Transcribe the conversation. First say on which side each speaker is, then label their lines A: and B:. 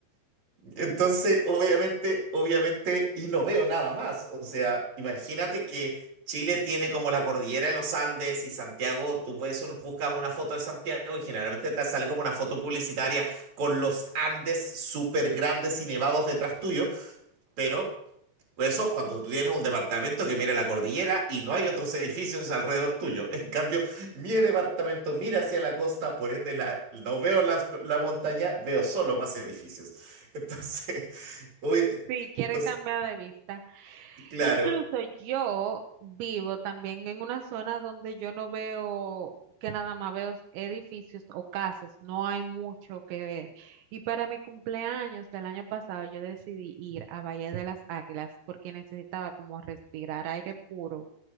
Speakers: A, on the right; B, on the right.
A: Entonces, obviamente, obviamente, y no veo nada más. O sea, imagínate que Chile tiene como la cordillera de los Andes y Santiago, tú ves, un- buscas una foto de Santiago y generalmente te sale como una foto publicitaria con los Andes súper grandes y nevados detrás tuyo, pero pues eso es cuando tú tienes un departamento que mira la cordillera y no hay otros edificios alrededor tuyo. En cambio, mi departamento mira hacia la costa, por ende la- no veo las co- la, montaña, veo solo más edificios. Entonces, <laughs> oye,
B: Sí, quieres
A: entonces,
B: cambiar de vista.
A: claro.
B: Incluso yo vivo también en una zona donde yo no veo, que nada más veo edificios o casas, no hay mucho que ver. Y para mi cumpleaños del año pasado yo decidí ir a Valle de las Águilas porque necesitaba como respirar aire puro,